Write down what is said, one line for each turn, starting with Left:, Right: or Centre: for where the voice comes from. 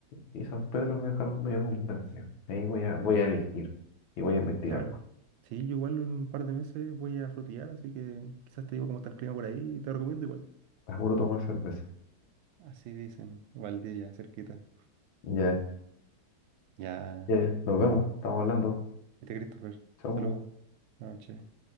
Left: y, y San Pedro me dejaron medio convencia. Ahí voy a, voy a elegir y voy a investigar.
Right: Claro. Sí, yo igual en un par de meses voy a frutillar, así que quizás te digo cómo está el clima por ahí y te recomiendo igual.
Left: Seguro tomar cerveza.
Right: Así dicen, Valdivia, cerquita.
Left: Ya,
Right: Ya,
Left: ya, ya. Nos vemos. Estamos hablando.
Right: este Christopher,
Left: Chau.
Right: saludos. Buenas noches.